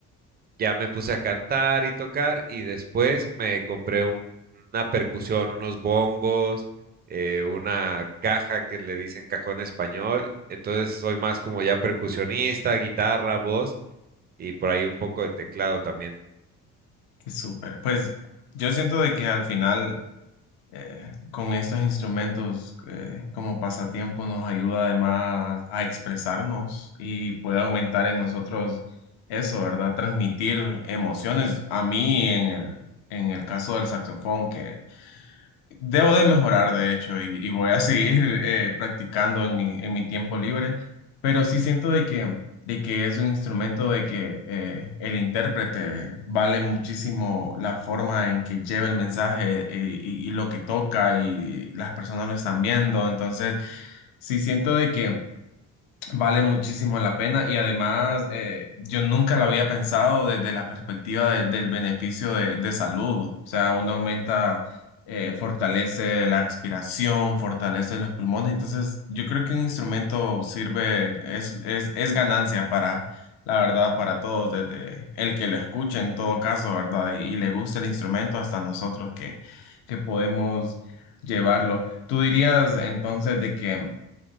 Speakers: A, on the right (about 25°); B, on the left (about 60°).
A: Ya me puse a cantar y tocar y después me compré un- una percusión, unos bongos, eh, una caja que le dicen cajón español. Entonces soy más como ya percusionista, guitarra, voz y por ahí un poco de teclado también.
B: Súper. Pues yo siento de que al final eh, con estos instrumentos eh, como pasatiempo nos ayuda además a expresarnos y puede aumentar en nosotros eso, ¿verdad? Transmitir emociones. A mí en el, en el caso del saxofón, que Debo de mejorar, de hecho, y, y voy a seguir <laughs> eh, practicando en mi, en mi tiempo libre, pero sí siento de que, de que es un instrumento de que eh, el intérprete vale muchísimo la forma en que lleva el mensaje eh, y, y lo que toca y las personas lo están viendo, entonces sí siento de que Vale muchísimo la pena y además eh, yo nunca lo había pensado desde la perspectiva de- del beneficio de, de salud. O sea, uno aumenta, eh, fortalece la respiración, fortalece los pulmones. Entonces, yo creo que un instrumento sirve, es, es, es ganancia para, la verdad, para todos, desde el que lo escuche en todo caso, ¿verdad? Y, y le gusta el instrumento hasta nosotros que, que podemos llevarlo. ¿Tú dirías entonces de que